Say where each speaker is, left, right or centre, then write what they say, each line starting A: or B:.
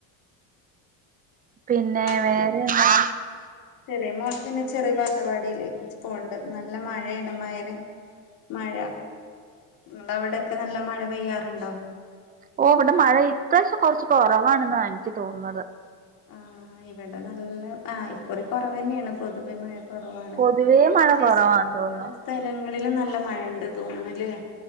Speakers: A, on the right; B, on the left.
A: പിന്നെ
B: എന്നാ
A: വേറെ
B: പിന്നെ
A: എന്താ
B: ചെറിയ മോള് പിന്നെ ചെറിയ ബാലവാടിൽ പോണ്ട് നല്ല മഴയാണ് മയ മഴ നിങ്ങടെ അവിടെയക്കെ നല്ല മഴ പെയ്യാറുണ്ടോ
A: ഓ ഇവിടെ മഴ ഇപ്രാവശ്യം കുറച്ച് കുറവാണെന്ന എനിക്ക് തോന്നുന്നത്
B: ആഹ് ഇവിടെ നല്ല ആഹ് ഇക്കുറി കുറവന്നെയാണ് പൊതുവെ മഴ കുറവാണ്
A: പൊതുവേ മഴ
B: പക്ഷെ
A: കുറവാന്ന് തോന്നുന്നു
B: പല സ്ഥലങ്ങളിലും നല്ല മഴ ഉണ്ട് തോന്നണല്ലേ